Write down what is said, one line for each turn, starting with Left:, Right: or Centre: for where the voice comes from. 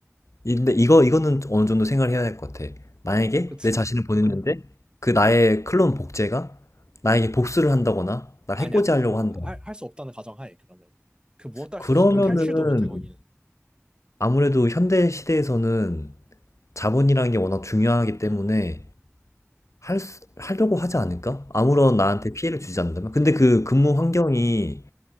Left: 근데 이거 이거는 어느 정도 생각을 해야 될 것 같아.
Right: 어,
Left: 만약에
Right: 그치.
Left: 내 자신을 보냈는데 그 나의 클론 복제가 나에게 복수를 한다거나 날
Right: 아니야.
Left: 해코지 하려고 한다.
Right: 할, 할 수 없다는 가정하에, 그러면. 그 무엇도 할
Left: 그러면은
Right: 수 없어. 거기 탈출도 못해, 거기는.
Left: 아무래도 현대 시대에서는 자본이라는 게 워낙 중요하기 때문에
Right: <gasps> 아,
Left: 할, 수- 하려고 하지 않을까? 아무런 나한테 피해를 주지 않는다면? 근데 그 근무 환경이